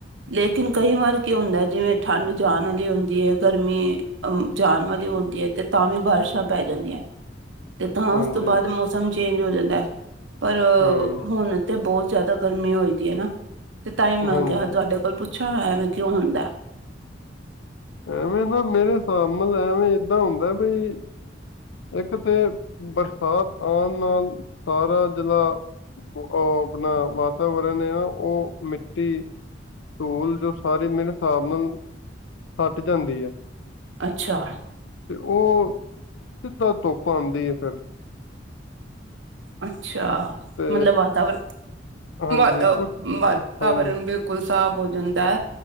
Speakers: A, on the right (about 80°); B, on the left (about 80°).
A: ਲੇਕਿਨ ਕਈਂ ਵਾਰ ਕੀ ਹੁੰਦਾ ਐ ਜਿਵੇਂ ਠੰਡ ਜਾਨ ਅਲੀ ਹੁੰਦੀ ਏ ਗਰਮੀ ਅ ਜਾਨ ਵਾਲੀ ਹੁੰਦੀ ਐ ਤੇ ਤਾਂ ਵੀ ਬਾਰਸ਼ਾਂ ਪੈ ਜਾਂਦੀਆਂ ਐ। ਤੇ ਤਾਂ
B: ਹਾਂਜੀ
A: ਉਸ ਤੋਂ ਬਾਦ ਮੌਸਮ ਚੇਂਜ ਹੋ ਜਾਂਦਾ ਐ। ਪਰ
B: ਹੂੰ
A: ਹੁਨ ਤੇ ਬੋਤ ਜਾਦਾ ਗਰਮੀ ਹੋਈ ਪੀ ਏ ਨਾ। ਤੇ ਤਾਂਈ ਮੈਂ
B: ਹਾਂਜੀ
A: ਕੇਆ ਤੁਆਡੇ ਕੋਲ ਪੁੱਛਾਂ, ਐਂਵੇ ਕਿਉਂ ਹੁੰਦਾ ਐ।
B: ਐਵੇਂ ਨਾ ਮੇਰੇ ਹਿਸਾਬ ਨਾਲ ਐਵੇਂ ਇਦਾਂ ਹੁੰਦਾ ਬਈ ਇਕ ਤੇ ਬਰਸਾਤ ਆਨ ਨਾਲ ਸਾਰਾ ਜਿਲਾ ਓ ਅਪਨਾ ਵਾ ਵਾਤਾਵਰਨ ਏ ਨਾ ਓ ਮਿੱਟੀ, ਧੂਲ ਜੋ ਸਾਰੀ ਮੇਰੇ ਹਿਸਾਬ ਨਾਲ ਹੱਟ ਜਾਂਦੀ ਏ।
A: ਅੱਛਾ।
B: ਤੇ ਓ, ਸਿੱਧਾ ਧੁੱਪ ਆਂਦੀ ਏ ਫੇਰ।
A: ਅੱਛਾ,
B: ਤੇ
A: ਮਤਲਬ ਵਾਤਾਵਰਨ,
B: ਹਾਂਜੀ
A: ਵਾਤਾ,
B: ਕੁਛ
A: ਵਾਤਾਵਰਨ
B: ਹਾਂਜੀ
A: ਬਿਲ ਕੋਈ ਸਾਫ਼ ਹੋ ਜਾਂਦਾ ਐ,